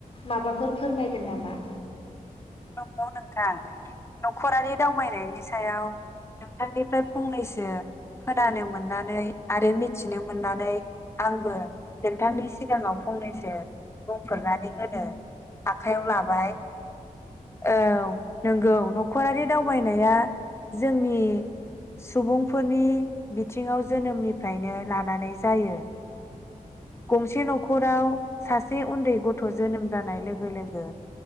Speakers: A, on the left; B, on the left.
A: माबाफोर फोरमायगोन नामा।
B: नंगौ नोंथां नखरारि दावबायनायनि सायाव नोंथांनिफ्राय फंनैसो खोनानो मोननानै आरो मिथिनो मोननानै आंबो नोंथांनि सिगाङाव फंनैसो बुंफोरनानै होनो आखयाव लाबाय। औ नंगौ न'खरारि दावबायनाया जोंनि सुबुंफोरनि बिथिङाव जोनोमनिफ्रायनो लानानै जायो गंसे न'खराव सासे उन्दै गथ' जोनोम जानाय लोगो लोगो